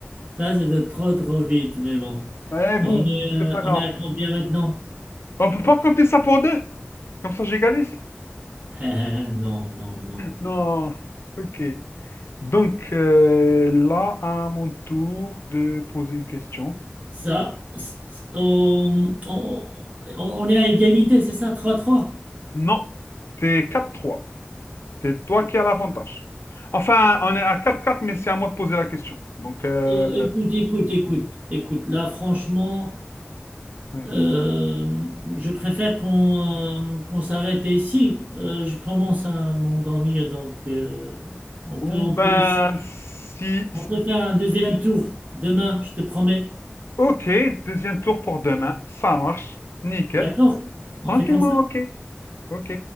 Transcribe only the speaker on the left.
Eh bon,
c'est pas grave.
On peut pas compter ça pour deux. Comme ça, j'égalise.
Non, ok. Donc euh, là, à mon tour de poser une question.
Non, c'est quatre trois. C'est toi qui as l'avantage. Enfin, on est à quatre quatre, mais c'est à moi de poser la question. Donc, euh,
ouais.
Ou
ben,
si...
Ok, deuxième tour pour demain. Ça marche. Nickel.
Tranquillement,
ok. Ok.